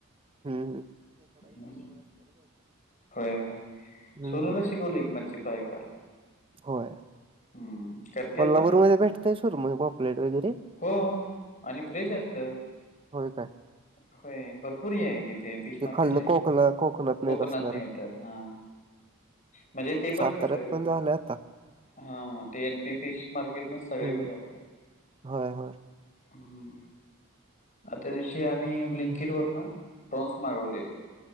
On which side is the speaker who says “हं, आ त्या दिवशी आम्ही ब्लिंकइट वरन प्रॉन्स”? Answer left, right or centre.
Left